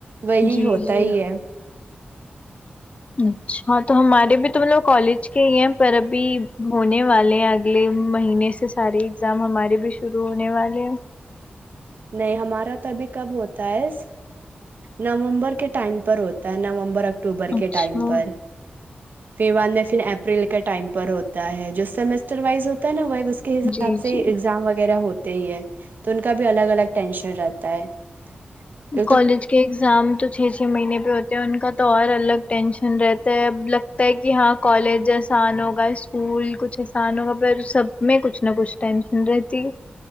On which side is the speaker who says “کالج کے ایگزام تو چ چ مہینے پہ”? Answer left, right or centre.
Left